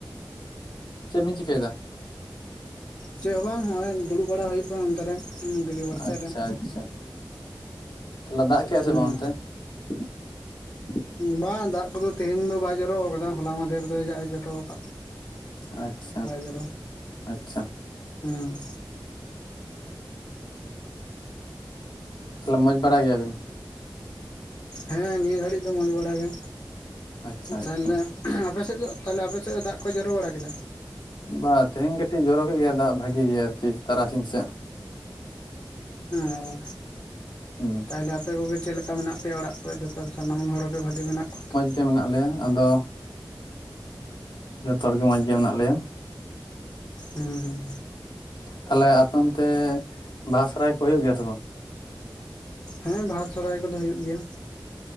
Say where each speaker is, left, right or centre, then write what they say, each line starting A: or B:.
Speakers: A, on the left (about 75°); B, on the left (about 50°).
A: ᱪᱮᱫ ᱵᱮᱤᱱ ᱪᱤᱠᱟᱹᱭᱮᱫᱼᱟ?
B: ᱪᱮᱫ ᱦᱚᱸ ᱵᱟᱝ ᱦᱚᱸᱜᱼᱚᱭ ᱫᱩᱲᱩᱵ ᱵᱟᱲᱟ ᱦᱩᱭᱩᱜ ᱠᱟᱱᱟ ᱱᱚᱱᱛᱮ ᱨᱮ᱾ ᱦᱩᱸ ᱜᱟᱰᱤᱭᱟ. ᱯᱟᱲ ᱥᱮᱫ
A: ᱟᱪᱪᱷᱟ
B: ᱨᱮ,
A: ᱟᱪᱪᱷᱟ ᱛᱟᱦᱚᱞᱮ ᱫᱟᱜ ᱠᱮᱜᱼᱟ
B: ᱦᱩᱸ
A: ᱥᱮ ᱵᱟᱝ ᱚᱱᱛᱮ <inaudible>
B: ᱵᱟᱝ ᱫᱟᱜ ᱠᱚᱫᱚ ᱛᱮᱦᱮᱧ ᱫᱚ ᱵᱟᱭ ᱡᱚᱨᱚ ᱟᱠᱟᱫᱟ, ᱦᱚᱞᱟ ᱢᱟᱫᱷᱮ ᱨᱮᱫᱚ ᱫᱟᱜ ᱮ ᱡᱚᱨᱚ ᱟᱠᱟᱫ᱾
A: ᱟᱪᱪᱷᱟ
B: <unintelligible>
A: ᱟᱪᱪᱷᱟ
B: ᱦᱚᱸ
A: ᱛᱟᱦᱚᱞᱮ ᱢᱚᱡᱽ ᱵᱟᱲᱟ ᱜᱮᱭᱟᱵᱤᱱ?
B: ᱦᱮᱸ ᱱᱤᱭᱟᱹ ᱜᱷᱟᱹᱲᱤᱡ ᱫᱚ ᱢᱚᱸᱡᱽ ᱵᱟᱲᱟ ᱜᱮ
A: ᱟᱪᱪᱷᱟ
B: ᱛᱟᱦᱞᱮ
A: ᱟᱪᱪᱷᱟ
B: ᱟᱯᱮ ᱥᱮᱫ ᱫᱚ ᱛᱟᱦᱞᱮ ᱟᱯᱮ ᱥᱮᱫ ᱫᱚ ᱫᱟᱜ ᱠᱚᱭ ᱡᱚᱨᱚ ᱵᱟᱲᱟ ᱠᱮᱫᱼᱟ?
A: ᱵᱟ ᱛᱮᱦᱮᱧ ᱠᱟᱹᱴᱤᱡ ᱡᱚᱨᱚ ᱠᱮᱫ ᱜᱮᱭᱟ ᱫᱟᱜ ᱵᱷᱟᱜᱤ ᱜᱮ ᱟᱨᱤ ᱛᱟᱨᱟᱥᱤᱧ ᱥᱮᱫ᱾
B: ᱚ
A: ᱦᱩᱸ
B: ᱛᱟᱦᱚᱞᱮ ᱟᱯᱮ ᱠᱚᱜᱮ ᱪᱮᱫ ᱞᱮᱠᱟ ᱢᱮᱱᱟᱜ ᱯᱮᱭᱟ ᱚᱲᱟᱜ ᱡᱚᱛᱚ ᱥᱟᱱᱟᱢ ᱦᱚᱲ ᱜᱮ ᱵᱷᱟᱜᱤ ᱢᱮᱱᱟᱜ ᱠᱚᱣᱟ ᱛᱚ
A: ᱵᱷᱟᱹᱜᱤ ᱜᱮ ᱢᱮᱱᱟᱜ ᱞᱮᱭᱟ ᱟᱫᱚ ᱡᱚᱛᱚ ᱦᱚᱲ ᱜᱮ ᱢᱚᱸᱡᱽ ᱜᱮ ᱢᱮᱱᱟᱜ ᱞᱮᱭᱟ᱾
B: ᱦᱩᱸ ᱦᱩᱸ
A: ᱛᱟᱦᱞᱮ ᱟᱯᱮ ᱚᱱᱛᱮ ᱵᱟᱦᱟ ᱥᱚᱨᱦᱟᱭ ᱠᱚ ᱦᱩᱭᱩᱜ ᱜᱮᱭᱟ ᱥᱮ ᱵᱟᱝ?
B: ᱦᱮᱸ ᱵᱟᱦᱟ ᱥᱚᱨᱦᱟᱭ ᱠᱚᱫᱚ ᱦᱩᱭᱩᱜ ᱜᱮᱭᱟ᱾